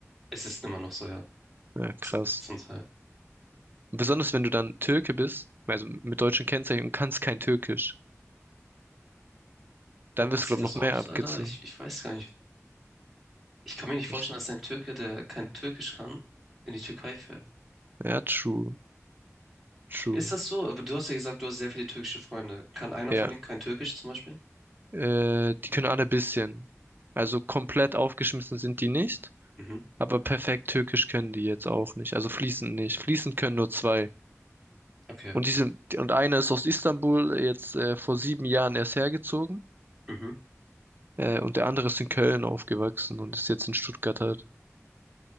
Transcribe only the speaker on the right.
Ja, krass.
Besonders wenn du dann Türke bist, also mit deutschen Kennzeichen und kannst kein Türkisch,
dann
wirst du, glaube
ich, noch
mehr abgezogen.
Echt?
Ja, true. True.
Ja.
Äh, die können alle ein bisschen. Also komplett aufgeschmissen sind die nicht,
aber perfekt Türkisch können die jetzt auch nicht. Also fließend nicht. Fließend können nur zwei.
Und diese, und einer ist aus Istanbul jetzt äh, vor sieben Jahren erst hergezogen.
Äh, und der andere ist in Köln aufgewachsen und ist jetzt in Stuttgart halt.